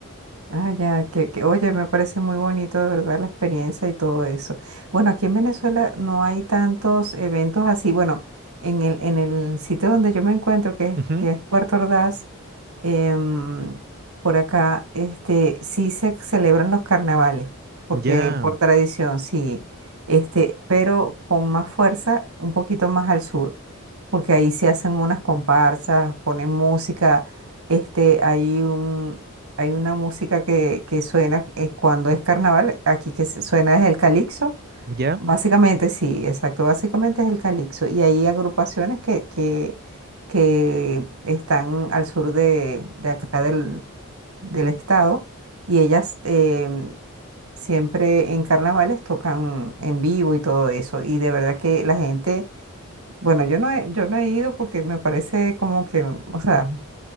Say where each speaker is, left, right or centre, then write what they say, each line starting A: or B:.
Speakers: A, on the right; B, on the right.
A: Ah, ya, que, que, oye, me parece muy bonito de verdad la experiencia y todo eso. Bueno, aquí en Venezuela no hay tantos eventos así. Bueno, en el, en el sitio donde yo me encuentro, que es,
B: Ujú,
A: que es Puerto Ordaz, em, por acá, este, sí se celebran los carnavales, porque
B: Ya,
A: por tradición, sí, este, pero con más fuerza, un poquito más al sur, porque ahí se hacen unas comparsas, ponen música, este, hay hay una música que, que suena eh, cuando es carnaval, aquí que se- suena es el calipso.
B: ya.
A: Básicamente, sí, exacto, básicamente es el calipso. Y hay agrupaciones que, que, que están al sur de, de acá del, del estado y ellas em, siempre en carnavales tocan en vivo y todo eso. Y de verdad que la gente, bueno, yo no he, yo no he ido porque me parece como que, o sea